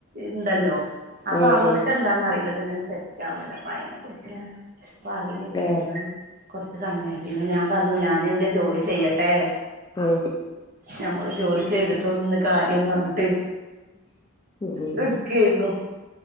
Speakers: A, on the right; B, on the left.
A: ഇണ്ടല്ലോ
B: ഉം
A: അപ്പൊ
B: ഉം
A: അവൾക്ക്
B: ഉം
A: എന്താന്നറിയില്ല ങ്ങനെ സെറ്റാവണ്ല അപ്പ അതിനെ കുറിച്ച്ങ്ങനെ പറയായിരുന്നു
B: ഏഹ്
A: അതാണ് കുറച്ചു സമയായി പിന്നെ ഞാൻ പറഞ്ഞു ഞാന് എന്റെ ജോലി ചെയ്യട്ടെ.
B: എ
A: ഞമ്മള് ജോലി ചെയ്തിട്ടുള്ളന്ന് കാര്യംന്ന് പറഞ്ഞു.
B: ഉം
A: ട്ട് <unintelligible>